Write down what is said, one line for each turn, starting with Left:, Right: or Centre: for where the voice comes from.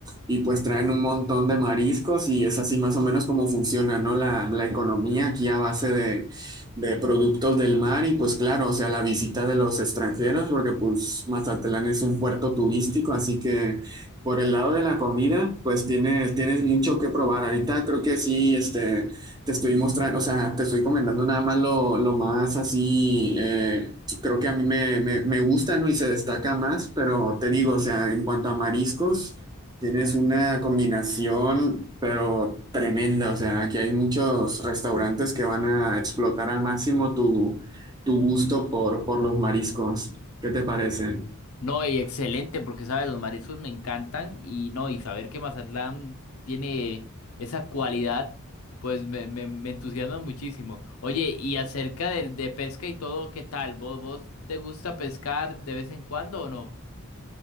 Right: y pues traen un montón de mariscos y es así más o menos como funciona, ¿no? La, la economía aquí a base de, de productos del mar y pues claro, o sea, la visita de los extranjeros, porque pues Mazatlán es un puerto turístico, así que por el lado de la comida, pues tienes, tienes mucho que probar. Ahorita creo que sí, este te estoy mostrando, o sea, te estoy comentando nada más lo, lo más así, eh, creo que a mí me, me, me gusta, ¿no? Y se destaca más, pero te digo, o sea, en cuanto a mariscos, tienes una combinación, pero tremenda, o sea, aquí hay muchos restaurantes que van a explotar al máximo tu, tu gusto por, por los mariscos. ¿Qué te parece?
Left: No, y excelente, porque sabes, los mariscos me encantan y no, y saber que Mazatlán tiene esa cualidad, pues me, me, me entusiasma muchísimo. Oye, y acerca de, de pesca y todo, ¿qué tal? ¿Vos, vos te gusta pescar de vez en cuando o no?